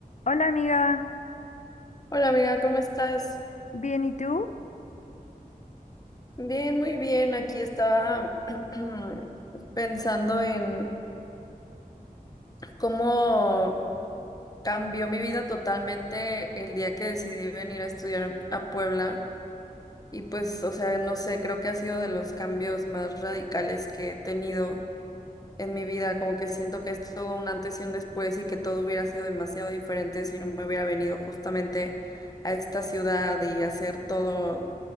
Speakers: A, on the left; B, on the left.
A: Hola amiga,
B: Hola amiga, ¿cómo estás?
A: ¿bien y tú?
B: Bien, muy bien. Aquí estaba <clears throat> pensando en cómo cambió mi vida totalmente el día que decidí venir a estudiar a Puebla. Y pues, o sea, no sé, creo que ha sido de los cambios más radicales que he tenido en mi vida. Como que siento que es todo un antes y un después y que todo hubiera sido demasiado diferente si no me hubiera venido justamente a esta ciudad y hacer todo